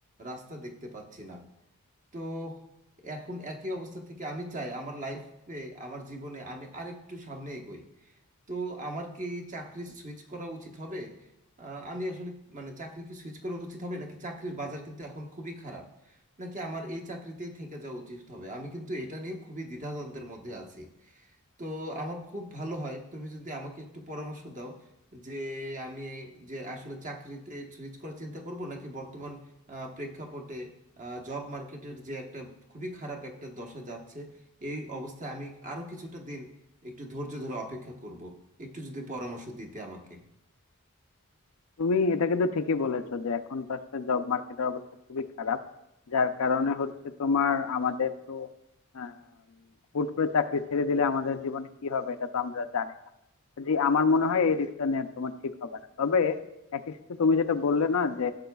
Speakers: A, on the right (about 35°); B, on the left (about 70°).
A: রাস্তা দেখতে পাচ্ছি না তো এখন একই অবস্থা থেকে আমি চাই আমার লাইফে আমার জীবনে আমি আরেকটু সামনে এগোই তো আমার কি চাকরি সুইচ করা উচিত হবে আহ, আমি আসলে মানে চাকরি কি সুইচ করা উচিত হবে নাকি চাকরির বাজার কিন্তু এখন খুবই খারাপ নাকি আমার এই চাকরিতেই থেকে যাওয়া উচিত হবে আমি কিন্তু এটা নিয়ে খুবই দ্বিধাদ্বন্দ্বের মধ্যে আছি তো আমার খুব ভালো হয় তুমি যদি আমাকে একটু পরামর্শ দাও যে আমি যে আসলে চাকরিতে সুইচ করার চিন্তা করব নাকি বর্তমান আহ, প্রেক্ষাপটে জব মার্কেটের যে একটা খুবই খারাপ একটা দশা যাচ্ছে এই অবস্থায় আমি আরও কিছুটা দিন একটু ধৈর্য ধরে অপেক্ষা করব একটু যদি পরামর্শ দিতে আমাকে
B: তুমি এটা কিন্তু ঠিকই বলেছো যে এখন তো আসলে জব মার্কেটের অবস্থা খুবই খারাপ যার কারণে হচ্ছে তোমার আমাদের তো আম, হুট করে চাকরি ছেড়ে দিলে আমাদের জীবনে কি হবে এটা তো আমরা জানি না যে আমার মনে হয় এই রিস্কটা নেওয়া তোমার ঠিক হবে না তবে একই সাথে তুমি যেটা বললে না যে